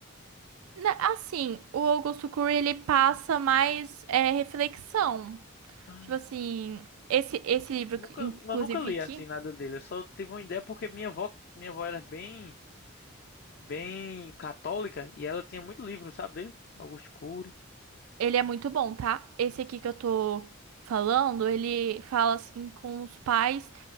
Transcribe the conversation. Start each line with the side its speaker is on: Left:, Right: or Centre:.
Right: Na- Assim, o Augusto Cury, ele passa mais é, reflexão.
Left: Ah,
Right: Tipo assim, esse, esse livro,
Left: Nunca,
Right: inclusive
Left: eu nunca li
Right: aqui,
Left: assim nada dele. Eu só tive uma ideia porque minha avó, minha avó era bem, bem católica e ela tinha muito livro, sabe dele? Augusto Cury.
Right: ele é muito bom, tá? Esse aqui que eu tô falando, ele fala assim com os pais.